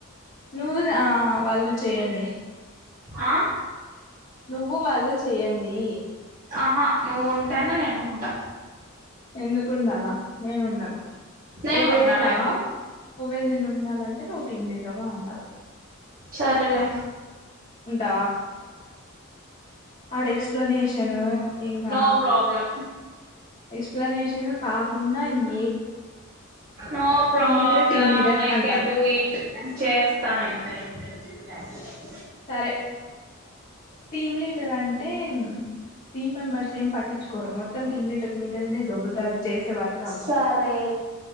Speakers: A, on the left; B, on the right.
A: నువ్వు ఆ వాళ్ళు చెయన్లే
B: ఆ
A: నువ్వు వాళ్ళు చెయండి
B: ఆహా నువ్వు ఉంటానే నేను ఉంటా
A: ఎందుకుండాలా నేనుండను.
B: నేను
A: ఒకఓవేళ
B: ఉండనయితే
A: ఒకఓవేళ నేను ఉండాల, అంటే నువ్వు టీమ్ లీడర్ గా ఉండాల.
B: చరలే
A: ఉంటావా ఆడ ఎక్స్ప్లెనేష షను ఇంకా
B: నో ప్రాబ్లం
A: ఎక్స్ప్లనేషన్ నేను కాకుండా ఇంకా
B: no problem
A: leader team leader
B: I
A: అంటారు
B: can డూ ఎట్ చేస్తానం <unintelligible>
A: సరే టీమ్ లీటర్ అంటే టీం మెంబర్స్ ఏం పట్టించుకోరు మొత్తం టీం లీడర్ మీదనే ధోబుతారు చేసే వర్క్ అంతా
B: సరే